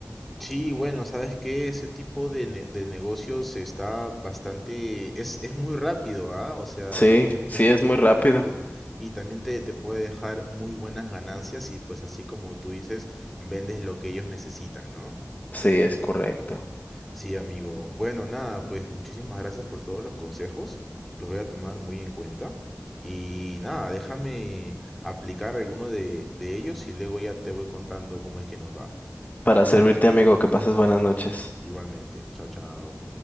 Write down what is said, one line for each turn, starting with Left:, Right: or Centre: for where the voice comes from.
Centre: Sí, bueno, sabes que ese tipo de, ne- de negocios está bastante, es, es muy rápido, ¿ah? O sea,
Left: Sí,
Centre: es,
Left: sí,
Centre: es-
Left: es
Centre: es
Left: muy
Centre: muy
Left: rápido.
Centre: rápido y también te, te puede dejar muy buenas ganancias y pues así como tú dices, vendes lo que ellos necesitan, ¿no?
Left: Sí, es correcto.
Centre: Sí, amigo. Bueno, nada, pues muchísimas gracias por todos los consejos, los voy a tomar muy en cuenta y nada, déjame aplicar alguno de, de ellos y luego ya te voy contando cómo es que nos va.
Left: Para servirte, amigo, que pases buenas noches.
Centre: Igualmente, chao, chao.